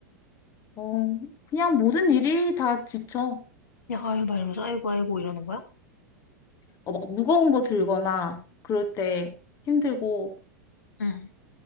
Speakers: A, on the left; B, on the left.
A: 어 그냥 모든 일이 다 지쳐.
B: 그냥, 아유, 막 이러면서, 아이고, 아이고, 이러는 거야?
A: 어, 막 무거운 거 들거나 그럴 때 힘들고.
B: 응,